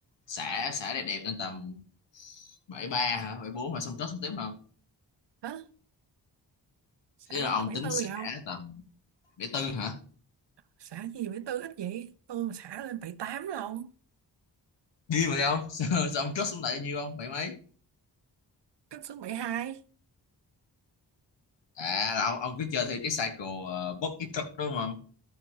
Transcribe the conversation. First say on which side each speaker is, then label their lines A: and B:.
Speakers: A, on the left; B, on the right.
A: xả xả đẹp đẹp lên tầm bảy ba hả bảy bốn hả xong cất xuống tiếp không
B: Hả? Xả
A: Thế
B: gì
A: là ông
B: có bảy
A: tính
B: tư
A: xả
B: vậy không
A: tầm bảy tư hả
B: xả gì bảy tư ít vậy tôi mà xả lên bảy tám là ông
A: điên vậy không <laughs> sao, sao ông cất xuống lại nhiêu không bảy mấy
B: cất xuống bảy hai.
A: à là ông, ông cứ chơi theo cái cycle uh, box ít cất đúng không